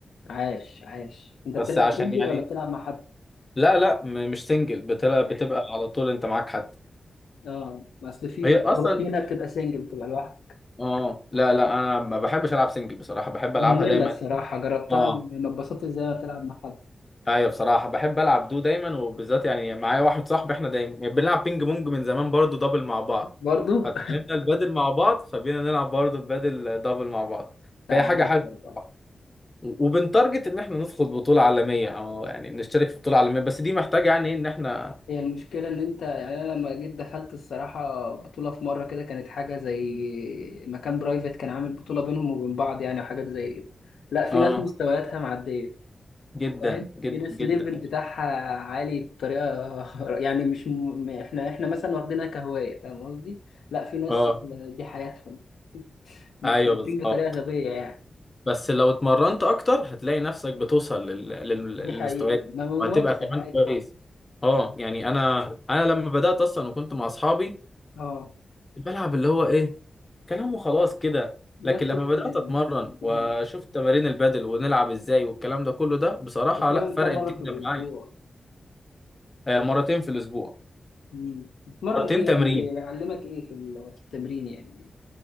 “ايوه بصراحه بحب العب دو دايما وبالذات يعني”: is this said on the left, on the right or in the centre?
Left